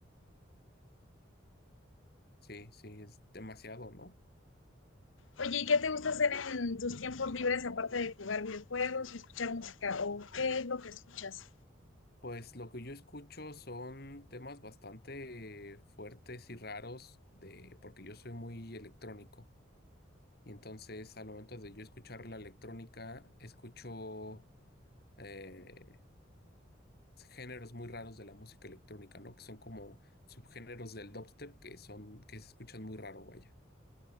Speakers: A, on the left; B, on the left.
A: Sí, sí, es demasiado, ¿no?
B: Oye, ¿y qué te gusta hacer en tus tiempos libres aparte de jugar videojuegos y escuchar música? ¿O qué es lo que escuchas?
A: Pues lo que yo escucho son temas bastante fuertes y raros de, porque yo soy muy electrónico. Y entonces al momento de yo escuchar la electrónica, escucho eh, géneros muy raros de la música electrónica, ¿no? Que son como subgéneros del dubstep que son, que se escuchan muy raro, vaya.